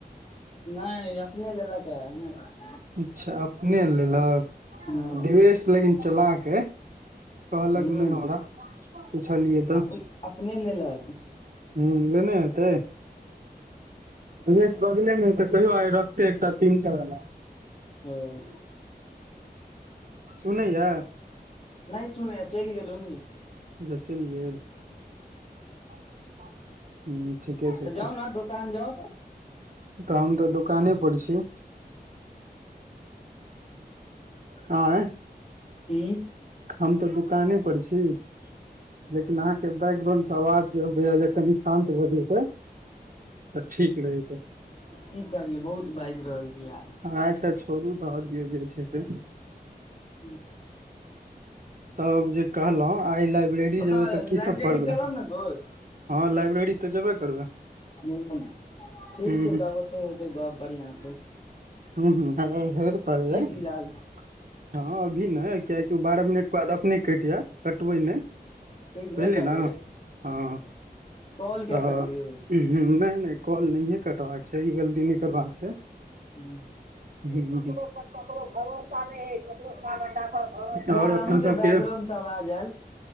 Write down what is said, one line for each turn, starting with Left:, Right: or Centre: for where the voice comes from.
Left: नहि <inaudible>
Right: अच्छा अपने लेलक
Left: हँ
Right: दिवेश लेकिन चलाक है कहलक
Left: ह
Right: नहि हमरा पुछलियै तँ
Left: अपन अपने लेलक
Right: हूँ लने होतै
Left: ह
Right: द बगलेमे तऽ कहियौ आइ रखतै एकटा तीन सए वला
Left: ह
Right: सुनैया
Left: नहि सुनैया चलि गेल उन
Right: अच्छा चलि गेल <unintelligible> हूँ ठीके छै
Left: तऽ जाउ ने दोकान जाउ
Right: तऽ हम तऽ दुकाने पर छी हँ
Left: ह
Right: हम तऽ दुकाने पर छी लेकिन अहाँ के बैकग्राउंड अवाज कनि शान्त भऽ जेतै तऽ ठीक रहत
Left: की करियै बहुत बाजि रहल छी आय
Right: अच्छा छोड़ू रहऽ दियौ जे छै से
Left: ह
Right: तब जे कहलहु आइ ला लाइब्रेरी
Left: ओतऽ
Right: जेबै तऽ की
Left: लाइब्रेरी
Right: सब पढ़बै
Left: चलब ने दोस्त
Right: हँ लाइब्रेरी तऽ जेबे करबै
Left: ह ठीक
Right: ह
Left: छै तब ओतहि हेतै गप बढ़िआँ सँ
Right: ह अरे हे प
Left: फिलहाल
Right: हँ <unintelligible> अभी नहि ओ बारह मिनट के बाद अपने कटि जाय कटबै नहि
Left: ठीक नहि
Right: भेले
Left: कटबै
Right: ने हँ
Left: कॉल
Right: तऽ
Left: कियै काटबै यो
Right: नहि नहि कॉल नहिये कटबाक छै ई गलती नहि करबाक छै
Left: हू
Right: ककरो पर ककरो भरोसा नैई हं <unintelligible> और
Left: फिलहाल
Right: अपन
Left: अहूँके
Right: सबके
Left: बैकग्राउंड से आवाज आयल